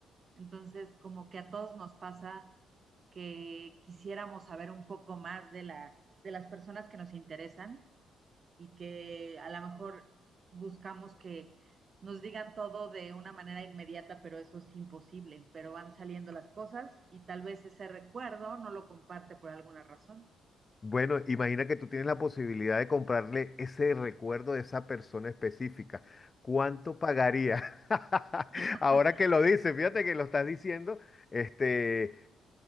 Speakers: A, on the right; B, on the left.
A: Entonces, como que a todos nos pasa que quisiéramos saber un poco más de la, de las personas que nos interesan y que a lo mejor buscamos que nos digan todo de una manera inmediata, pero eso es imposible, pero van saliendo las cosas y tal vez ese recuerdo no lo comparte por alguna razón.
B: Bueno, imagina que tú tienes la posibilidad de comprarle ese recuerdo de esa persona específica. ¿Cuánto pagaría? <laughs>
A: <laughs>
B: Ahora que lo dices, fíjate que lo estás diciendo, este...